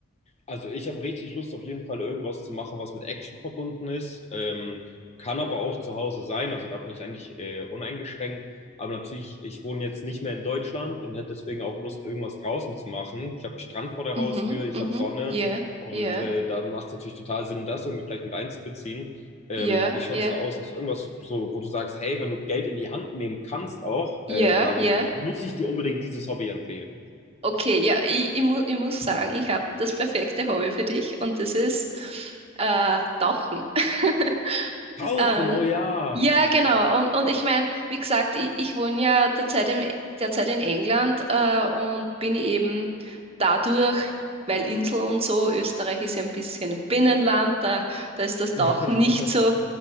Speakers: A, on the left (about 35°); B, on the right (about 30°).
A: Also ich habe richtig Lust, auf jeden Fall irgendwas zu machen, was mit Action verbunden ist. Ähm, kann aber auch zu Hause sein. Also da bin ich eigentlich äh, uneingeschränkt. Aber natürlich, ich wohne jetzt nicht mehr in Deutschland und hätte deswegen auch Lust, irgendwas draußen zu machen. Ich habe einen Strand vor der Haustür,
B: Mhm,
A: ich
B: mhm,
A: habe Sonne
B: yeah,
A: und
B: yeah,
A: äh, da macht es natürlich total Sinn, das irgendwie vielleicht mit einzubeziehen. Ähm,
B: yeah,
A: wie schaut
B: yeah,
A: es da aus? Hast du irgendwas so, wo du sagst, hey, wenn du Geld in die Hand nehmen kannst auch, äh,
B: yeah,
A: dann
B: yeah.
A: muss ich dir unbedingt dieses Hobby empfehlen.
B: Okay, ja, ich, ich, mu ich muss sagen, ich habe das perfekte Hobby für dich und das ist äh, Tauchen. <laughs>
A: Tauchen,
B: Ähm,
A: oh ja.
B: Ja, genau. Und, und ich meine, wie gesagt, ich, ich wohne ja derzeit, im, derzeit in England äh, und bin eben dadurch, weil Insel und so, Österreich ist ja ein bisschen ein Binnenland, da, da ist das
A: <laughs>
B: Tauchen nicht so